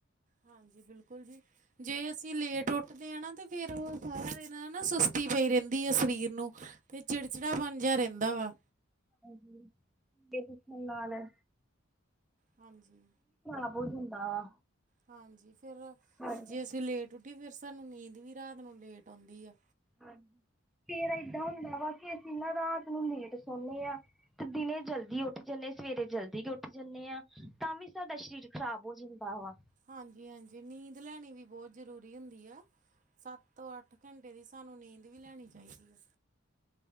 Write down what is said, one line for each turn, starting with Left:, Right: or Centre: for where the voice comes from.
Right: ਹਾਂਜੀ, ਬਿਲਕੁਲ ਜੀ। ਜੇ ਅਸੀਂ ਲੇਟ ਉੱਠਦੇ ਇ ਨਾ ਤੇ ਫੇਰ ਉਹ ਸਾਰਾ ਦਿਨ ਨਾ ਸੁਸਤੀ ਪਈ ਰਹਿੰਦੀ ਆ ਸਰੀਰ ਨੂੰ। ਅਤੇ ਚਿੜਚਿੜਾ ਬਣ ਜੇਹਾ ਰਹਿੰਦਾ ਵਾ।
Centre: ਹਾਂਜੀ, ਦੇਖਣ ਨਾਲ ਐ
Right: ਹਾਂਜੀ
Centre: ਖਰਾਬ ਹੋ ਜਾਂਦਾ ਵਾ
Right: ਹਾਂਜੀ ਫੇਰ
Centre: ਹਾਂਜੀ
Right: ਜੇ ਅਸੀਂ ਲੇਟ ਉੱਠੀਏ, ਫਿਰ ਸਾਨੂੰ ਨੀਂਦ ਵੀ ਰਾਤ ਨੂੰ ਲੇਟ ਆਉਂਦੀ ਆ।
Centre: ਹਾਂ ਫੇਰ ਏਦਾਂ ਹੁੰਦਾ ਵਾ ਕਿ, ਅਸੀਂ ਇਹਨਾਂ ਰਾਤ ਨੂੰ ਲੇਟ ਸੌਨੇ ਆ। ਤੇ ਦਿਨੇ ਜਲਦੀ ਉੱਠ ਜਾਂਦੇ, ਸਵੇਰੇ ਜਲਦੀ ਉੱਠ ਜਾਂਦੇ ਆ ਤਾਂ ਵੀ ਸਾਡਾ ਸਰੀਰ ਖ਼ਰਾਬ ਹੋ ਜ਼ੰਦਾ ਵਾ
Right: ਹਾਂਜੀ, ਹਾਂਜੀ ਨੀਂਦ ਲੈਣੀ ਵੀ ਬਹੁਤ ਜ਼ਰੂਰੀ ਹੁੰਦੀ ਆ। ਸੱਤ ਤੋਂ ਅੱਠ ਘੰਟੇ ਦੀ ਸਾਨੂੰ ਨੀਂਦ ਵੀ ਲੈਣੀ ਚਾਹੀਦੀ ਆ।